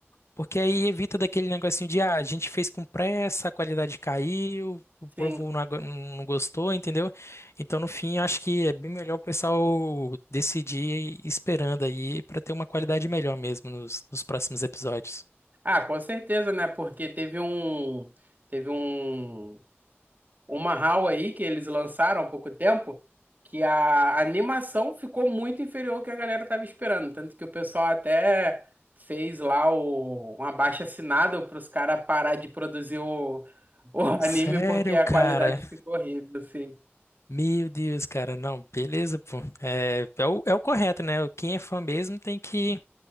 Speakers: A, on the left; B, on the right.
A: porque aí evita daquele negocinho de ah, a gente fez com pressa, a qualidade caiu, o povo
B: sim.
A: não, agu- não gostou, entendeu? Então, no fim, acho que é bem melhor o pessoal decidir esperando aí para ter uma qualidade melhor mesmo nos, nos próximos episódios.
B: Ah, com certeza, né? Porque teve um teve um uma HAL aí que eles lançaram há pouco tempo que a animação ficou muito inferior ao que a galera tava esperando, tanto que o pessoal até fez lá o, um abaixo-assinado para os caras parar de produzir o, <laughs> o anime
A: Sério,
B: porque a
A: cara,
B: qualidade ficou horrível, assim.
A: Meu Deus, cara, não, beleza, pô. É, é o, é o correto, né? Quem é fã mesmo tem que,